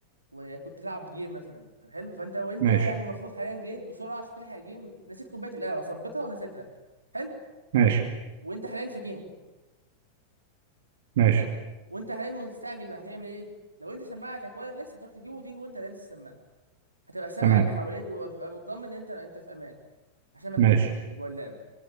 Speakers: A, on the right; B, on the right.
A: وكنت تلعب جيم مثلا حلو فانت وانت
B: ماشي
A: يعني المفروض حاليا جيت بسرعه عشان تلحق جيم نسيت كوبايه القهوه صبتها ونسيتها حلو
B: ماشي
A: وانت حاليا في جيم
B: ماشي
A: حلو وانت حاليا مستعجل هتعمل ايه لو انت سماعتك وايرلس هتروح تجيبه وتيجي وانت لابس السماعه هتبقى سامع
B: تمام
A: اللي حواليك وبتبقى مطمن ان انت انت في امان عشان ما
B: ماشي
A: تموتش يعني جوه اللعبه